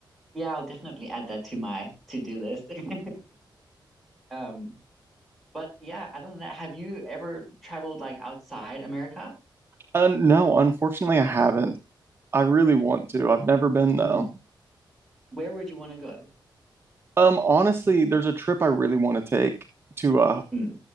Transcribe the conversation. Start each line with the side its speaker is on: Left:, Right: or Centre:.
Centre: yeah, I'll definitely add that to my to-do list. <laughs> Um, but yeah, other than that, have you ever traveled like outside America?
Right: Uh, no, unfortunately, I haven't. I really want to. I've never been though.
Centre: Mm. Where would you want to go?
Right: Um, honestly, there's a trip I really want to take to uh,
Centre: Mm.